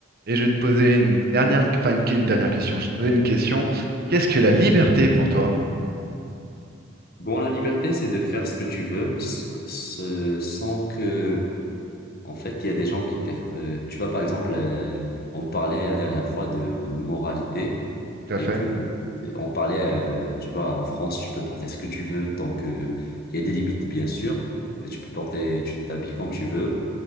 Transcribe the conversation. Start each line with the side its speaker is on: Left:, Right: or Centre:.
Right: Et je vais te poser une dernière, enfin, une, que- une dernière question. Je vais te poser une question. Qu'est-ce que la liberté pour toi?
Left: Bon, la liberté, c'est de faire ce que tu veux, ce- ce- sans que, en fait, il y a des gens qui te... euh, tu vois, par exemple, euh, on parlait la dernière fois de moralité
Right: Tout à
Left: et
Right: fait.
Left: que euh, on parlait, euh, tu vois, en France, tu peux porter ce que tu veux tant que il y a des limites, bien sûr, mais tu peux porter, tu t'habilles comme tu veux,